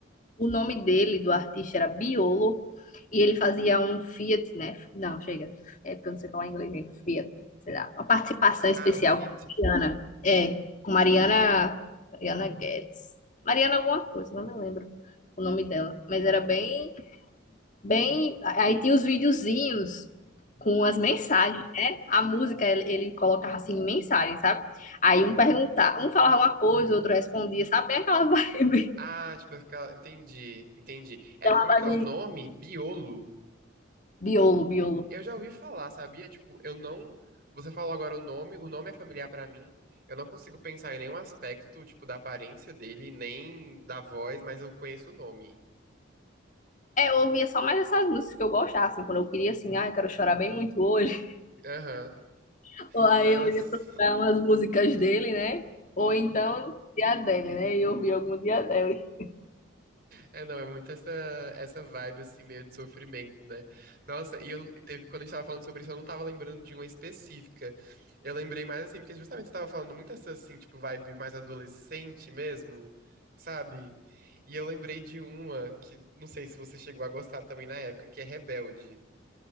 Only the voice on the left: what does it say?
O nome dele, do artista, era Biolo, e ele fazia um Fiat, né? Não, chega. É porque eu não sei falar inglês, gente. Fiat, sei lá. Uma participação especial
com Mariana. É, com Mariana. Mariana Guedes. Mariana alguma coisa, não me lembro o nome dela. Mas era bem, bem. Aí tinha os videozinhos com as mensagens, né? A música, ele, ele colocava assim, mensagens, sabe? Aí um perguntava, um falava uma coisa, o outro respondia, sabe? Bem aquela vibe.
<laughs> Aquela
vibe
Biolo, biolo.
É, eu ouvia só mais essas músicas que eu gostava, assim, quando eu queria, assim, ah, eu quero chorar bem muito hoje.
<laughs> Ou aí
eu ia procurar umas músicas dele, né? Ou então, dia dele, né? E eu ouvia algum dia dele.